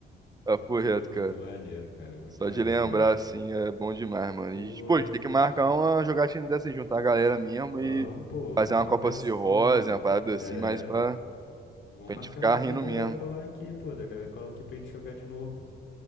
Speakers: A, on the right; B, on the left.
A: Papo reto,
B: Pô, muito
A: cara.
B: maneiro, cara. Muito
A: Só
B: maneiro
A: de lembrar,
B: mesmo.
A: assim, é bom demais, mano.
B: Pô,
A: E, pô, a gente tem que marcar uma jogatina dessa, aí, juntar a galera mesmo
B: vamos,
A: e
B: pô,
A: fazer
B: vamos
A: uma
B: marcar
A: Copa Cirrose,
B: de. de-
A: uma parada
B: É.
A: assim, mas pra,
B: Vamos
A: pra
B: marcar
A: gente ficar
B: de,
A: rindo
B: de- da
A: mesmo.
B: galera colar aqui, pô. Da galera colar aqui pra gente jogar de novo.